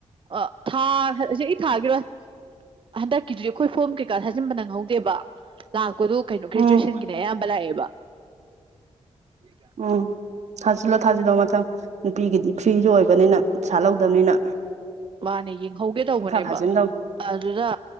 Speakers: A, on the right; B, on the right.
A: ꯑ ꯊꯥ ꯍꯧꯖꯤꯛ ꯑꯩ ꯊꯥꯒꯤꯔ ꯍꯟꯗꯛꯀꯤꯗꯨꯗꯤ ꯑꯩꯈꯣꯏ ꯐꯣꯝ ꯀꯩꯀꯥ ꯊꯥꯖꯤꯟꯕ ꯅꯪꯍꯧꯗꯦꯕ ꯂꯥꯛꯄ ꯀꯣ ꯀꯩꯅꯣ ꯒ꯭ꯔꯦꯖꯨꯋꯦꯁꯟꯒꯤꯅꯦ
B: ꯎꯝ
A: ꯑꯌꯥꯝꯕ ꯂꯥꯛꯑꯦꯕ ꯍ
B: ꯎꯝ
A: ꯀ
B: ꯊꯥꯖꯤꯜꯂꯣ ꯊꯥꯖꯤꯜꯂꯣ ꯃꯊꯪ ꯅꯨꯄꯤꯒꯤꯗꯤ ꯐ꯭ꯔꯤꯁꯨ ꯑꯣꯏꯕꯅꯤꯅ ꯄꯩꯁꯥ ꯂꯧꯗꯕꯅꯤꯅ
A: ꯋꯥꯅꯦ ꯌꯦꯡꯍꯧꯒꯦ ꯇꯧꯕꯅꯦꯕ
B: ꯄꯪꯊꯥ ꯊꯥꯖꯤꯟꯗꯧꯅꯤ
A: ꯑꯗꯨꯗ